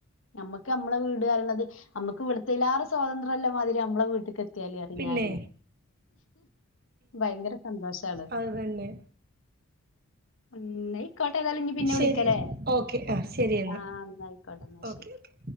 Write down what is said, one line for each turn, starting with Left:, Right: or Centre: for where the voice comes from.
Left: നമ്മക്ക് നമ്മളെ വീട് അറീണത് നമ്മുക്ക് ഇവിടത്തീലേറെ സ്വാതന്ത്ര ഇല്ലേ മാതിരി നമ്മളെ വീട്ട
Right: പിന്നെ
Left: ഞാനെ ഭയങ്കര സന്തോഷാണ്
Right: അത് തന്നെ
Left: ഇന്നയിക്കോട്ടെ ഏതായാലും ഇഞ്ഞ് പിന്നെ
Right: ശരി
Left: വിളിക്കലേ
Right: ഓക്കെ ആ ശരി എന്നാ
Left: ആഹ് ഇന്നാ ആയിക്കോട്ടെ ഇന്നാ
Right: ഓക്കെ
Left: ശെരി
Right: ഓക്കെ